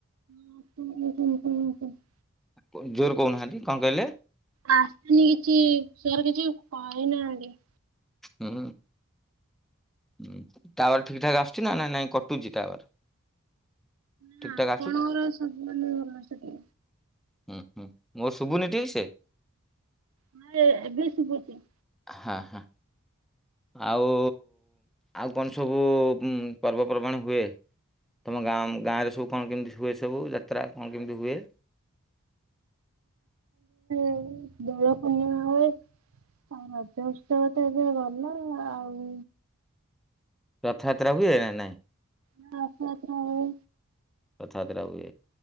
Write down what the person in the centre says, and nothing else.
ପ ଜୋରେ କହୁନାହାନ୍ତି କଣ କହିଲେ?
ହୁଁ। ହୁଁ ଟାୱାର ଠିକ ଠାକ ଆସୁଛି ନା ନାଇଁ ନାଇଁ କଟୁଛି ଟାୱାର। ଠିକ
ଠାକ ଆସୁଛି?
ହୁଁ ହୁଁ ମୋର ଶୁଭୁନି ଠିକ ସେ।
ଆ ହା ହା। ଆଉ ଆଉ କଣ ସବୁ ଉଁ ପର୍ବପର୍ବାଣି ହୁଏ? ତମ ଗାଁ ଗାଁରେ ସବୁ କଣ କେମି‌ତି ହୁଏ ସବୁ ଯାତ୍ରା କଣ କେମିତି ହୁଏ?
ରଥଯାତ୍ରା ହୁଏ ନା ନାଇଁ।
ରଥଯାତ୍ରା ହୁଏ।